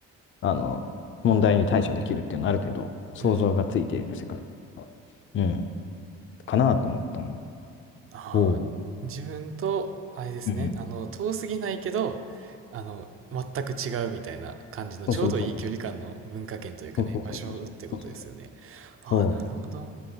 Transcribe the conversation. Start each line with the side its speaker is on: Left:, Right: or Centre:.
Left: あの、問題に対処できるっていうのはある程度想像がついている世界が、
Right: うん。
Left: うん、かなと思ったの
Right: ああ、
Left: と、
Right: 自分と、あれですね、
Left: うんうん。
Right: あの、遠すぎないけど、あの、全く違うみたいな感じの、
Left: そうそうそうそう。
Right: ちょうどいい距離感の文化圏というかね、
Left: そうそうそうそう。
Right: 場所ってことですよね。
Left: そうそうそう。
Right: ああ、
Left: そう。
Right: なるほど。